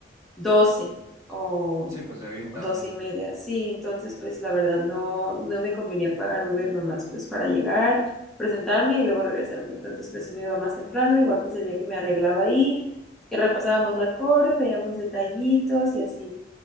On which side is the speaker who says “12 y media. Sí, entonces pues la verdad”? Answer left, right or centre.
Centre